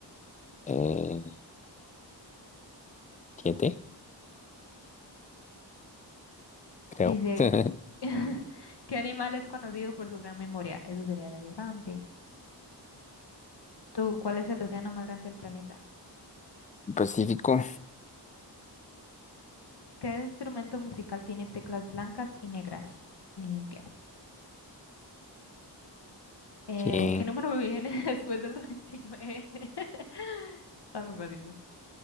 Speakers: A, on the left; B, on the left.
A: Eh, siete, creo.
B: Dice,
A: <laughs>
B: <laughs> ¿qué animal es conocido por su gran memoria? Eso sería el elefante. ¿Tú cuál es el océano más grande del planeta?
A: Pacífico.
B: ¿Qué instrumento musical tiene teclas blancas y negras? El piano. Eh,
A: Bien.
B: ¿qué número viene <laughs> después del 99? <laughs> Están muy fáciles.